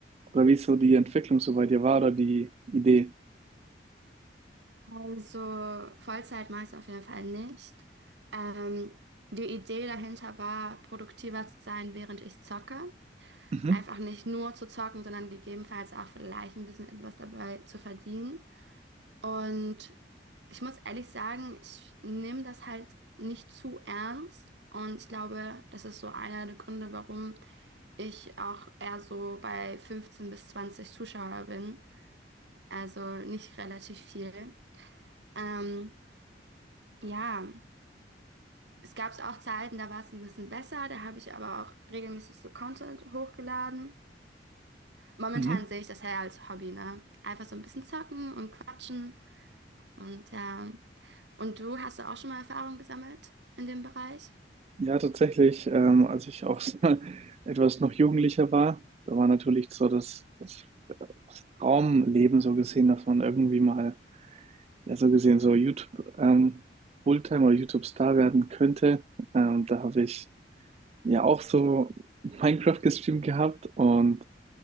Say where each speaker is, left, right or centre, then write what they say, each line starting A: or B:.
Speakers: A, on the right; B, on the right.
A: oder wie so die Entwicklung so bei dir war oder die Idee?
B: Also Vollzeit mache ich es auf jeden Fall nicht. Ähm, die Idee dahinter war, produktiver zu sein, während ich zocke.
A: Mhm.
B: Einfach nicht nur zu zocken, sondern gegebenenfalls auch vielleicht ein bisschen etwas dabei zu verdienen. Und ich muss ehrlich sagen, ich nehme das halt nicht zu ernst. Und ich glaube, das ist so einer der Gründe, warum ich auch eher so bei 15 bis 20 Zuschauer bin. Also nicht relativ viel. Ähm, ja. Es gab auch Zeiten, da war es ein bisschen besser, da habe ich aber auch regelmäßig so Content hochgeladen. Momentan
A: Mhm.
B: sehe ich das eher als Hobby, ne? Einfach so ein bisschen zocken und quatschen und ja. Und du hast du auch schon mal Erfahrung gesammelt in dem Bereich?
A: Ja, tatsächlich, ähm, als ich auch <laughs> etwas noch jugendlicher war, da war natürlich so das, das Traumleben so gesehen, dass man irgendwie mal ja, so gesehen so YouTube ähm, Fulltime oder YouTube Star werden könnte. Ähm, da habe ich ja auch so <laughs> Minecraft gestreamt gehabt und